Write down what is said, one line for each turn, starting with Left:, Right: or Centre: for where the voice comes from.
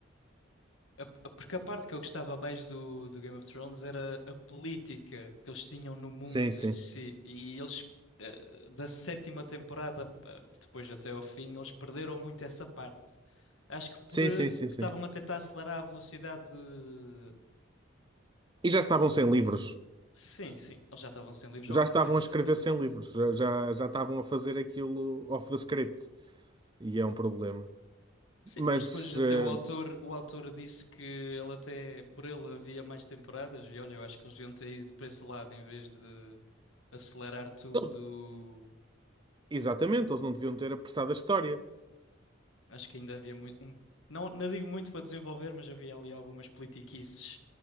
Left: a- a- porque a parte que eu gostava mais do, do Game of Thrones era a política que eles tinham no mundo
Right: Sim, sim.
Left: em si. E eles, eh, da sétima temporada, eh, depois até ao fim, eles perderam muito essa parte. Acho que
Right: Sim,
Left: por eh,
Right: sim,
Left: que
Right: sim, sim.
Left: estavam a tentar acelerar a velocidade de-
Right: E já estavam sem livros.
Left: Sim, sim, eles já estavam sem livros há
Right: Já
Left: algum
Right: estavam
Left: tempo.
Right: a escrever sem livros. Já, já, já estavam a fazer aquilo off the script. E é um problema.
Left: Sim,
Right: Mas,
Left: mas depois até
Right: eh,
Left: o autor, o autor disse que ele até, por ele havia mais temporadas e olha, eu acho que eles deviam ter ido para esse lado em vez de acelerar tudo
Right: eles- exatamente, eles não deviam ter apressado a história.
Left: Acho que ainda havia muito, um, não, não digo muito para desenvolver, mas havia ali algumas politiquices